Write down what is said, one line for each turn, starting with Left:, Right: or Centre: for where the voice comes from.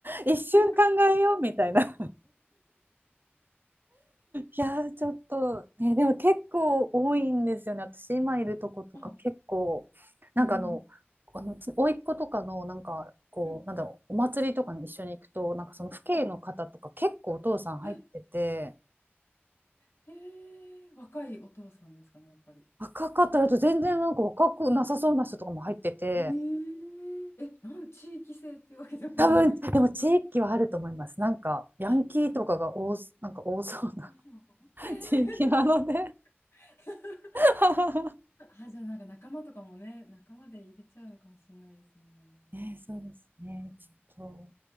Right: 一瞬考えようみたいな。
Left: <laughs>
Right: <laughs> いやー、ちょっと、ね、でも結構多いんですよね。私今いるとことか結構、
Left: あ、
Right: なんかあの、
Left: うんうん
Right: あの、ち甥っ子とかの、なんか、こう、
Left: うん
Right: なんだろう、お祭りとかに一緒に行くと、なんかその父兄の方とか結構お父さん入ってて、
Left: お、え、へえ、若いお父さんですかね、やっぱり。
Right: 若かったらと全然なんか若くなさそうな人とかも入ってて、
Left: えええ、なん、地域性っていうわけでもなく。
Right: 多分、でも地域はあると思います。なんか、ヤンキーとかが多す、
Left: あ、そうなんですね。
Right: なんか多そうな
Left: あ、そう。
Right: <laughs>
Left: ええ
Right: 地域なので
Left: <laughs>
Right: <laughs>
Left: あ、じゃあなんか仲間とかもね、仲間で入れちゃうのかもしれないですよね。
Right: ね、そうですね。
Left: うん。
Right: ちょっと、